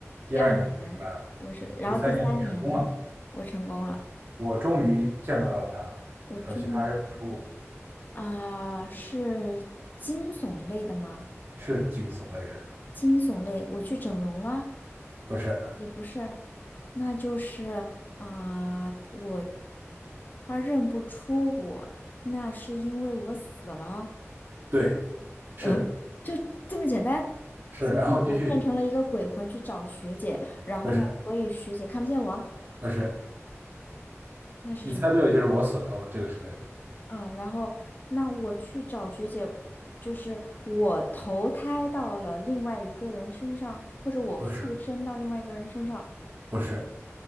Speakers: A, on the right; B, on the left.
A: 第二年我失败了，
B: 第二年我是，然后第三年我成功了，
A: 第三年我成功了。我终于见到了他，
B: 我终于
A: 可惜他认不出我，
B: 啊、是惊悚类的吗？
A: 是惊悚类的，
B: 惊悚类，我去整容了，
A: 不是？
B: 也不是，那就是啊、我他认不出我，那是因为我死了，
A: 对，是
B: 嗯，就这么简单，
A: 是，
B: 所以我变成了一个鬼魂去找学姐，
A: 然后继续，
B: 然后呢，
A: 不是
B: 所以学姐看不见我，
A: 不是，
B: 那是什么？
A: 你猜对了，就是我死了，我这个是对的，
B: 嗯，然后那我去找学姐，就是我投胎到了另外一个人身上，或者我附身到另外一个人身上，
A: 不是不是，